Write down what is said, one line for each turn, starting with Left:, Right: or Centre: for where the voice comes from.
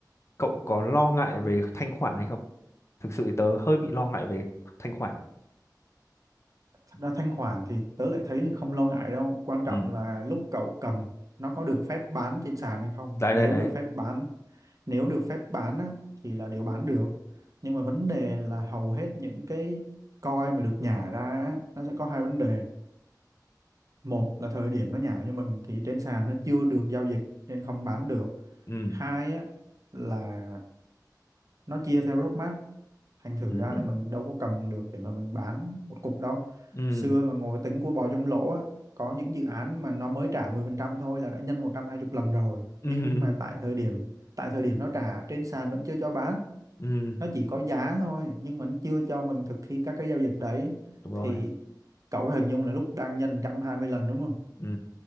Left: cậu có lo ngại về thanh khoản hay không thực sự thì tớ hơi bị lo ngại về thanh khoản
Right: thật ra thanh khoản thì tớ lại thấy là không lo ngại đâu quan
Left: ừ
Right: trọng là lúc cậu cầm nó có được phép bán trên sàn hay không
Left: đấy
Right: nếu
Left: đấy đấy
Right: được phép bán nếu được phép bán á, thì là đều bán được nhưng mà vấn đề là hầu hết những cái coin mà được nhả ra á, nó sẽ có hai vấn đề một là thời điểm nó nhảo như mình thì trên sàn nó chưa được giao dịch nên không bán được
Left: ừ
Right: hai á, là nó chia theo roadmap thành thử
Left: ừ
Right: ra là mình đâu có cầm được để mà mình bán một cục đâu
Left: ừ
Right: xưa mà ngồi tính của bò trong lỗ á, có những dự án mà nó mới trả 10% thôi là đã nhân 120 lần rồi
Left: ừ
Right: nhưng mà tại thời điểm tại thời điểm nó trả trên sàn vẫn chưa cho bán
Left: ừ
Right: nó chỉ có giá thôi nhưng mà nó chưa cho mình thực thi các cái giao dịch đấy
Left: đúng rồi
Right: thì cậu hình dung là lúc đang nhân 120 lần đúng không
Left: ừ